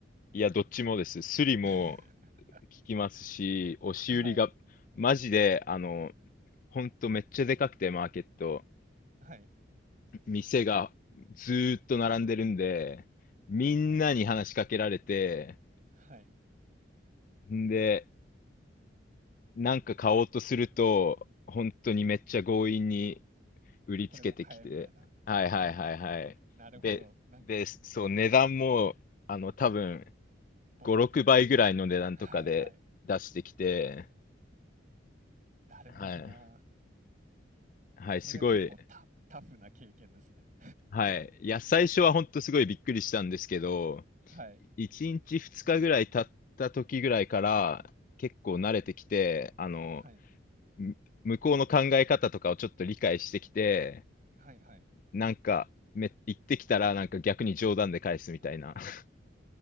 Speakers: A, on the left (about 45°); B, on the right (about 40°).
A: いや、どっちもです。スリも
B: <laughs>
A: 聞きますし、押し売りが、
B: はい。
A: マジで、あの、ほんとめっちゃでかくて、マーケット。
B: はい。
A: 店がずーっと並んでるんで、みんなに話しかけられて、
B: はいはい。はい。
A: んで、なんか買おうとすると、本当にめっちゃ強引に売りつけてきて、
B: これも買えみたいな感じで。
A: はいはいはいはい。
B: なるほど。
A: で、
B: なんか
A: で、そう、値段も、あの、多分、
B: ぼったくり。
A: 5、6倍ぐらいの値段とかで出してきて、
B: はいはい。なるほどな。
A: はい。はい、
B: それは結構タタフな経験ですね。
A: すごい。はい。いや、最初は本当すごいびっくりしたんですけど、
B: はい。
A: 1日2日ぐらい経った時ぐらいから、結構慣れてきて、あの、
B: はい。
A: む向こうの考え方とかをちょっと理解してきて、
B: はいはい。
A: なんか、め、言ってきたらなんか逆に冗談で返すみたいな。<laughs>